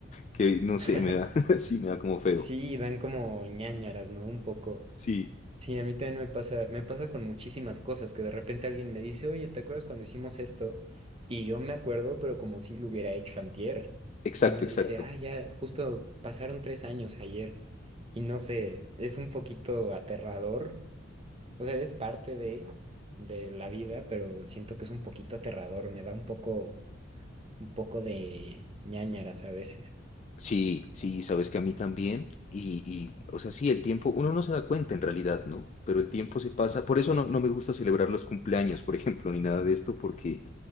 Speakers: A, on the left; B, on the right.
A: que no sé,
B: <laughs>
A: me da, <laughs> sí, me da como feo.
B: Sí, dan como ñáñaras, ¿no? Un poco.
A: Sí,
B: Sí, a mí también me pasa, me pasa con muchísimas cosas que de repente alguien me dice, oye, ¿te acuerdas cuando hicimos esto? Y yo me acuerdo, pero como si lo hubiera hecho antier.
A: exacto,
B: Y me
A: exacto.
B: dice, ah, ya, justo pasaron tres años ayer. Y no sé, es un poquito aterrador O sea, es parte de, de la vida, pero siento que es un poquito aterrador, me da un poco, un poco de ñáñaras a veces.
A: Sí, sí, sabes que a mí también. Y, y, o sea, sí, el tiempo, uno no se da cuenta en realidad, ¿no? Pero el tiempo se pasa. Por eso no, no me gusta celebrar los cumpleaños, por ejemplo, ni nada de esto, porque